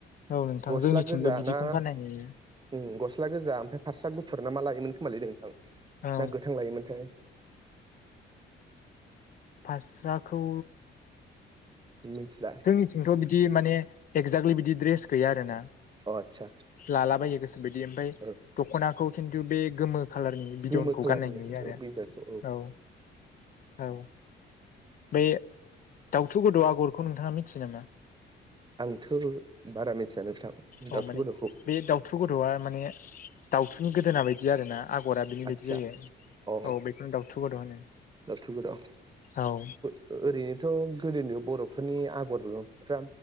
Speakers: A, on the left; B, on the right.
A: औ नोंथां
B: गस्ला
A: जोंनिथिंबो
B: गोजा
A: बिदिखौनो
B: ना
A: गानाय नुयो
B: उम गस्ला गोजा ओमफ्राय फारसा गुफुर ना मा लायोमोन खोमालै नोंथां ना
A: औ
B: गोथां लायोमोनोंथाय
A: फास्राखौ
B: मिनसिला
A: जोंनिथिंथ' बिदि माने एगजाक्टलि बिदि ड्रेस गैया आरोना
B: अ आदसा
A: लालाबायो गोसोबायदि ओमफाय
B: ओ
A: दख'नाखौ खिन्थु बे गोमो खालारनि बिदनखौ
B: गोमो खालारनि
A: गाननाय नुयो आरो
B: बिदनखौ
A: औ औ बे दाउथु गोद' आगरखौ नोंथाङा मिथियो नामा?
B: आंथ' बारा मिन्थिया नोंथां दावथु
A: औ माने
B: गोद'खौ
A: बे दाउथु गद'आ माने दाउथुनि गोदोना बायदि आर ना आगरा बिनि बायदि
B: आदसा
A: जायो
B: अ
A: औ बेखौनो दाउथु गोद' होनो
B: दाउथु गोदाव
A: औ
B: ओरैनोथ' गोदोनि बर'फोरनि आगरफ्रा